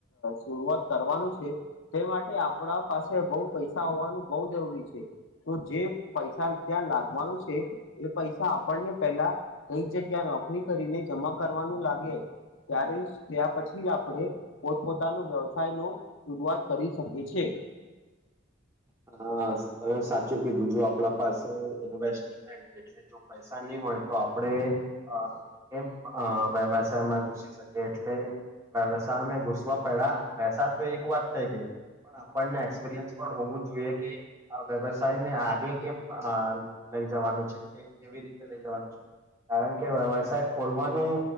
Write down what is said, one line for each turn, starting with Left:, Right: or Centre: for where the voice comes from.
Left: શરૂઆત કરવાનું છે તે માટે આપડા પાસે બઉ પૈસા હોવાનું બ જ તો જે પૈસા ત્યાં લાગવાનું છે એ પૈસા આપણને પેલા કઈક જગ્યા નોકરી કરીને જમા કરવાનું લાગે ત્યારે ત્યાં પછી જ આપણે પોતપોતાનો વ્યવસાય નો શરૂઆત કરી શકીએ છેએ <inaudible>
Right: હ ત સાચું કે બીજું આપડા પાસે ઇન્વેસ્ટમેન્ટ એટલે જો પૈસાની તો આપણેમ વ્યવસાયમાં ઘુસી શકીએ એટલે. સા અમે ઘુસવા પડ્યા પૈસા તો એક વાત થઈ ગઈ પણ આપણને એક્સપિરિયન્સ પણ હોવું જોઈએ કે આ વ્યવસાયને આગે કે લઈ જવાનું છે કે કેવી રીતે લઈ જવાનું છે. કારણ કે વ્યવસાય ખોલવાનું